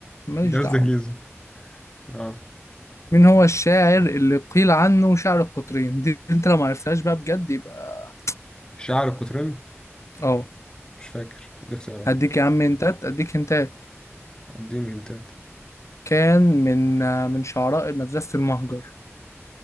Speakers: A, on the left (about 80°); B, on the left (about 15°).
A: ماليش
B: جهاز
A: دعوه
B: دهليزي اه
A: مين هو الشاعر اللي قيل عنه شاعر القطرين دي انت لو ما عرفتهاش بقى بجد يبقى
B: الشاعر القطرين
A: اه
B: مش فاكر دي اختيارات
A: هديك يا عم انتات اديك انتات
B: اديني هنتات
A: كان من آه، من شعراء مدرسة المهجر